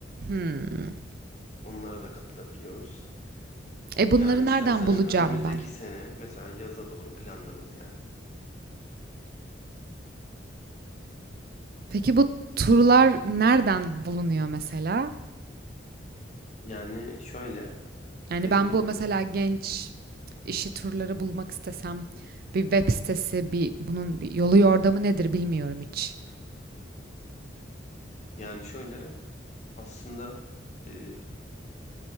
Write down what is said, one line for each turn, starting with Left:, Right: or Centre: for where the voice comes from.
Right: Hmm.
Left: Onlara da katılabiliyoruz.
Right: E bunları
Left: Yani istersen
Right: nereden bulacağım
Left: önümüzdeki
Right: ben?
Left: sene mesela yaza doğru planlarız yani.
Right: Peki bu turlar nereden bulunuyor mesela?
Left: Yani şöyle
Right: Yani
Left: e,
Right: ben bu mesela genç işi turları bulmak istesem bir web sitesi, bir bunun bir yolu yordamı nedir bilmiyorum hiç.
Left: Yani şöyle aslında e,